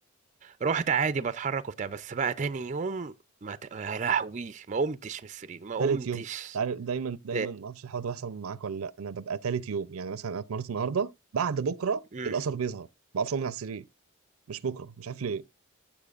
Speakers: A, on the right (about 35°); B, on the right (about 85°).
A: رحت عادي بتحرك وبتاع بس بقى تاني يوم ما ت... يا لهوي ما قمتش من السرير ما قمتش
B: تالت يوم عارف دايما دايما
A: تاني
B: ما اعرفش الحوار ده بيحصل معاك ولا لا انا ببقى تالت يوم يعني مثلا انا اتمرنت النهارده بعد بكره
A: مم.
B: الاثر بيظهر ما بعرفش اقوم من على السرير مش بكره مش عارف ليه